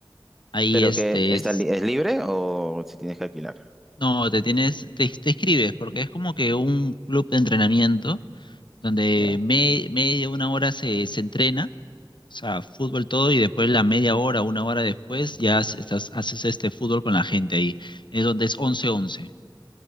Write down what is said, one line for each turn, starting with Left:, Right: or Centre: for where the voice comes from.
Left: Ahí,
Centre: ¿Pero
Left: este,
Centre: qué está
Left: es-
Centre: li- es libre o si tienes que alquilar?
Left: no, te tienes, te, te inscribes porque es como que un club de entrenamiento donde
Centre: Ya.
Left: me- media, una hora se, se entrena O sea, fútbol todo y después la media hora, una hora después, ya has- estás, haces este fútbol con la gente ahí. Es donde es once once